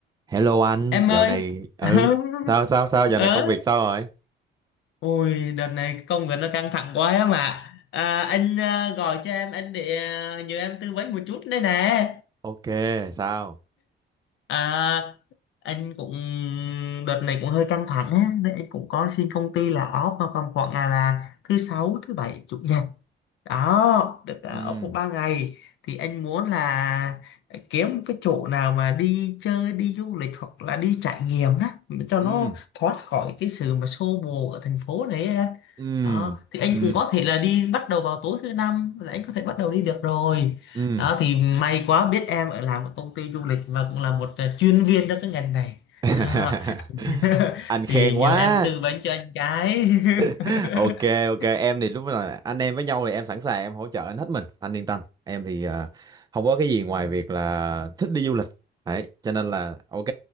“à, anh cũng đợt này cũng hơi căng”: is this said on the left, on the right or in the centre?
Left